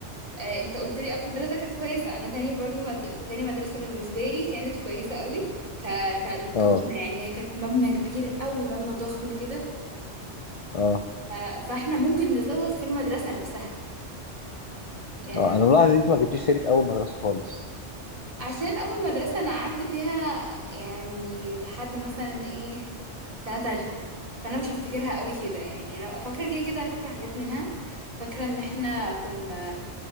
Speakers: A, on the right; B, on the left.
A: آه، انت قلت لي اول مدرسه كانت كويسه انا تاني برضو مد... تاني مدرسه بالنسبه لي كانت كويسه قوي ك... ك...
B: اه
A: كبنى يعني هي كانت مبنى كبير قوي مبنى ضخم كده
B: اه
A: ف... فاحنا ممكن نزوغ في المدرسه نفسها يعني
B: اه انا ملاحظ ان انت ما جبتيش سيره اول مدرسه خالص
A: عشان اول مدرسه انا قعدت فيها يعني لحد مثلا ايه سنه تالتة فانا مش هفتكرها قوي كده يعني انا فاكره كده كده فاكره حاجات منها فاكره ان احنا كنا